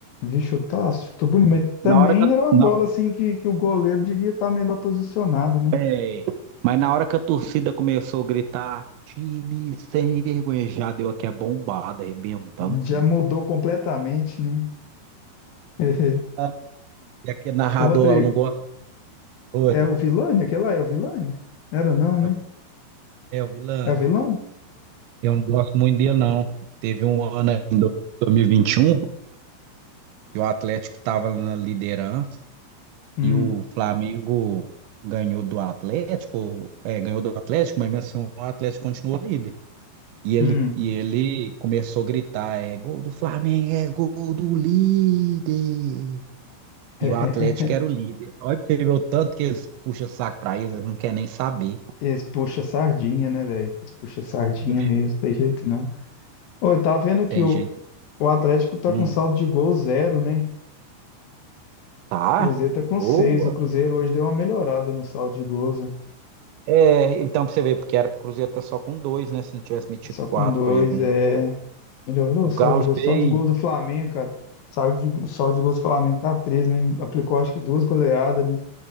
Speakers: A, on the left; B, on the right.
A: vi chutar, chutou bonito, mas também
B: Na hora que a,
A: era uma
B: na-
A: bola assim que, que o goleiro devia estar melhor posicionado, né?
B: é, mas na hora que a torcida começou a gritar, time sem vergonha, já deu aqui a bombada, arrebentando
A: Já
B: tudo.
A: mudou completamente, né? <laughs>
B: Ah, E aquele narrador
A: O Rodrigo,
B: lá, eu não gosto. Oi,
A: é
B: Márcio.
A: o Vilani? Aquele lá é o Vilani? Era não, né?
B: É o é o Vilani.
A: É o Vilani?
B: Eu não gosto muito dele, não. Teve um ano aí em 2021 que o Atlético estava na liderança.
A: Hum,
B: E o Flamengo ganhou do Atlético, é, ganhou do Atlético, mas mesmo assim o Atlético continuou líder. E ele,
A: hum.
B: e ele começou a gritar, é gol do Flamengo, é gol do líder.
A: <laughs>
B: E o Atlético era o líder. Olha pra você ver o tanto que eles puxam saco pra eles, eles não querem nem saber.
A: Eles puxam sardinha, né, velho? Eles puxam sardinha
B: Poxa,
A: mesmo, tem jeito não. Ô, eu tava vendo
B: Tem
A: que o,
B: gente.
A: o Atlético tá
B: Hum,
A: com saldo de gol zero, né?
B: tá?
A: O Cruzeiro tá com
B: Boa.
A: seis. O Cruzeiro hoje deu uma melhorada no saldo de gols, né?
B: É, então pra você ver, porque era pro Cruzeiro tá só com dois, né? Se não tivesse metido
A: Só
B: quatro,
A: com dois,
B: por exemplo.
A: é. Melhorou
B: O
A: o saldo
B: Galo
A: de gols.
B: fez.
A: O saldo de gols do Flamengo, cara. O saldo de, o saldo de gols do Flamengo tá três, né? Aplicou acho que duas goleadas, né?